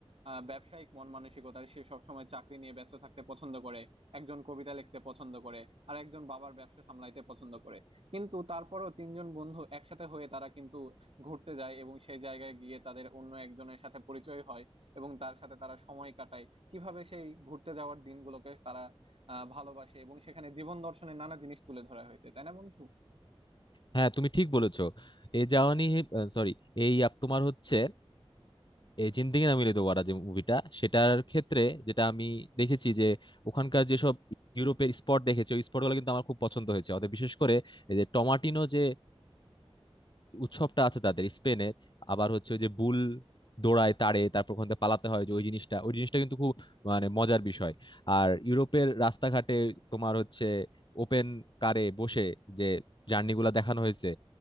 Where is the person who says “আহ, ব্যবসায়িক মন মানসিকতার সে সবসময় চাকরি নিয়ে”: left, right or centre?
Right